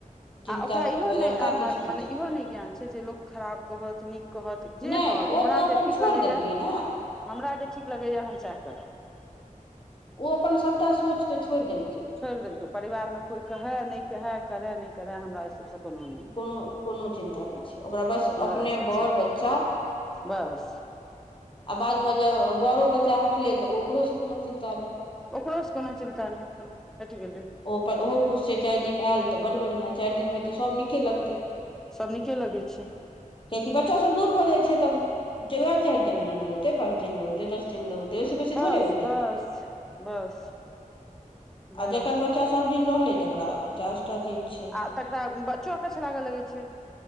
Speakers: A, on the left (about 35°); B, in the centre.
A: चिन्ता
B: आ ओकरा इहो
A: बेगरता
B: नहि आभाव
A: किछु नहि
B: मने
A: छै
B: इहो नहि ज्ञान छै जे लोक खराब कहत नीक कहत जे
A: नहि
B: कहत
A: ओ
B: हमरा
A: तऽ अपन
B: जे ठीक
A: छोड़ि
B: लगैए
A: देलकै ने
B: हमरा जे ठीक लगैया हम सएह करब
A: ओ अपन सभटा सोचके छोड़ि देलकै
B: छोड़ि देलको परिवार मे कोई कहे न कहे करे नहि करे हमरा सबसँ कोनो नहि
A: कोनो कोनो चिन्ता नहि छै ओकरा बस
B: हमरा
A: अपने
B: एहि सभसँ
A: बर बच्चा
B: बस
A: आ बाद मे जे बड़ो बच्चा हटलै तऽ ओकरो से कोनो चिन्ता नहि
B: ओकरो से कोनो चिन्ता नहि अपन हटि गेलै
A: ओ पर ओहो खुश छै चारि दिन आयल तऽ बड बढ़ियाँ चारि दिन मे तऽ सब नीके लगतै
B: सभ नीके लगै छै
A: कआकि बच्चा सब दूर भऽ जाइ छै तब वएह चारि दिन लगऔते पाँच दिन ल औते दस ल ओ बेस
B: बस
A: थोड़े होते
B: बस बस बस
A: आ जकर बच्च बच्चा सभ दिन रहलै तकरा पचास टा चीज छै
B: आ तकरा बच्चो अकछ लागे लगे छै